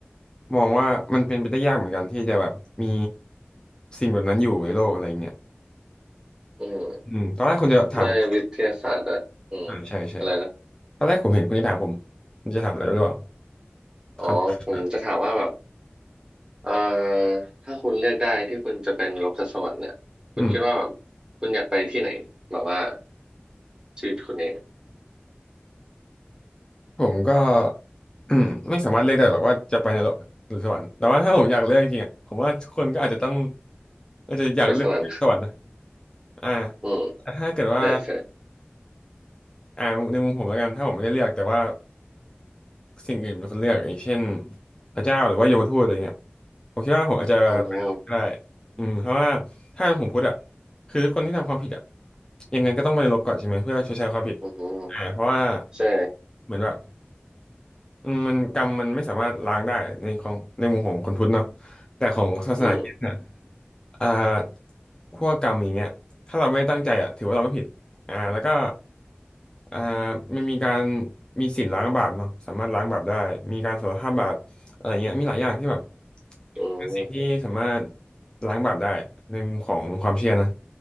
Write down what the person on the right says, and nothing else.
อืม
ด้วยวิทยาศาสตร์อะอืมอะไรนะ
อ๋อผมจะถามว่าแบบ
เอ่อถ้าคุณเลือกได้ที่คุณจะเป็นโลกสวรรค์เนี่ยคุณคิดว่าแบบคุณอยากไปที่ไหนแบบว่า
ชีวิตคุณเนี่ย
ไปสวรรค์
อืม
ใช่ใช่
อืม
อืม
ใช่
อืม
อืม